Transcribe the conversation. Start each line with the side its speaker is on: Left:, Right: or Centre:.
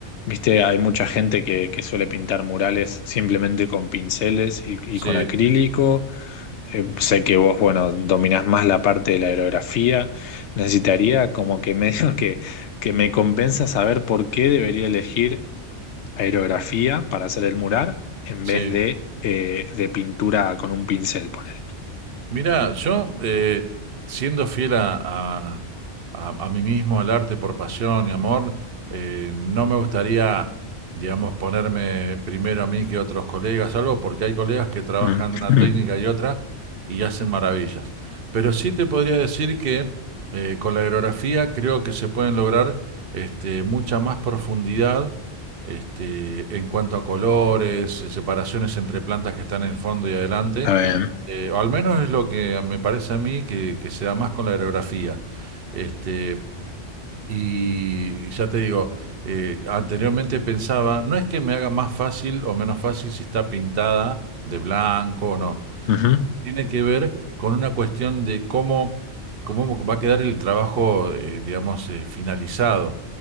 Left: viste, hay mucha gente que, que suele pintar murales simplemente con pinceles y, y
Right: Sí,
Left: con acrílico. Eh, sé que vos, bueno, dominás más la parte de la aerografía. Necesitaría como que medio <laughs> que, que me convenzas a ver por qué debería elegir aerografía para hacer el mural en
Right: sí.
Left: vez de, eh, de pintura con un pincel, ponele.
Right: Mira, yo eh, siendo fiel a, a- a- a mí mismo, al arte por pasión y amor, eh, no me gustaría, digamos, ponerme primero a mí que otros colegas, algo, porque hay colegas que trabajan
Left: Mm,
Right: una
Left: mm,
Right: técnica y otra y hacen maravillas. Pero sí te podría decir que eh, con la aerografía creo que se pueden lograr este, mucha más profundidad este, en cuanto a colores, separaciones entre plantas que están en el fondo y adelante
Left: Está bien.
Right: eh, o al menos es lo que me parece a mí que, que se da más con la aerografía. Este, y ya te digo, eh, anteriormente pensaba, no es que me haga más fácil o menos fácil si está pintada de blanco o no.
Left: Ujú.
Right: Tiene que ver con una cuestión de cómo, cómo va a quedar el trabajo, eh, digamos, eh, finalizado.